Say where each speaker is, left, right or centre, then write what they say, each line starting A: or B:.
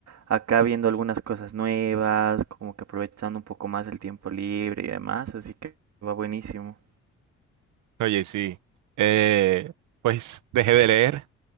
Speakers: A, on the right (about 60°); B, on the right (about 75°).
A: acá viendo algunas cosas nuevas, como que aprovechando un poco más el tiempo libre y demás, así que va buenísimo.
B: Oye, sí. Eh, pues dejé de leer,